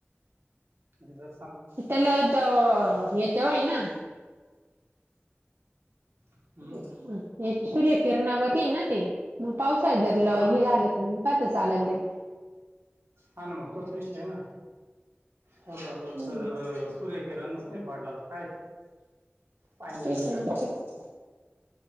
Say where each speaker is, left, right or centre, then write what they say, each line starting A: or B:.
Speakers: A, on the right; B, on the right.
A: गिझर
B: त्याला त हेचवाय ना
A: हम्म
B: ह सूर्य किरणावरधी ना ते पावसा जरलं
A: हा
B: हे झालं तर म्ह का चालल दे
A: हा न मग तोच विषय आहे ना कोला जर
B: हम्म
A: सूर्य किरणच नाही पाडला तर काय पाणी
B: तेच ना